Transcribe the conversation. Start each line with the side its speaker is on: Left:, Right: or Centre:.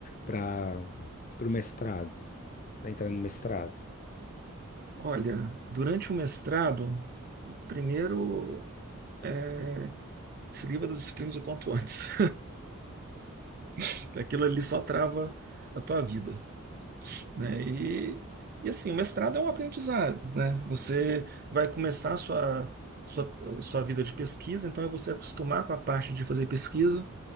Left: para o mestrado, para entrar no mestrado?
Right: Olha, durante o mestrado, primeiro é, se livra das disciplinas o quanto antes. <laughs> Aquilo ali só trava a tua vida. né? E, e assim, o mestrado é um aprendizado, né? Você vai começar a sua, sua, sua vida de pesquisa, então é você acostumar com a parte de fazer pesquisa.